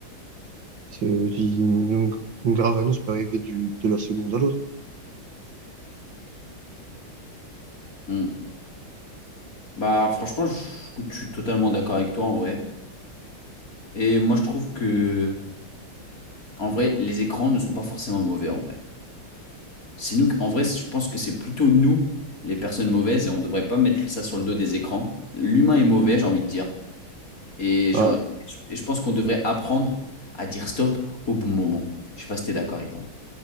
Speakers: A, on the right; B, on the left.
A: c'est- une, une grave annonce peut arriver du, de la seconde à l'autre.
B: Hmm. Bah franchement, je, je suis totalement d'accord avec toi en vrai. Et moi je trouve que en vrai, les écrans ne sont pas forcément mauvais en vrai. C'est nous, en vrai, je pense que c'est plutôt nous, les personnes mauvaises, et on ne devrait pas mettre ça sur le dos des écrans. L'humain est mauvais, j'ai envie de dire. Et,
A: Bah,
B: genre- et je pense qu'on devrait apprendre à dire stop au bon moment. Je sais pas si t'es d'accord avec moi.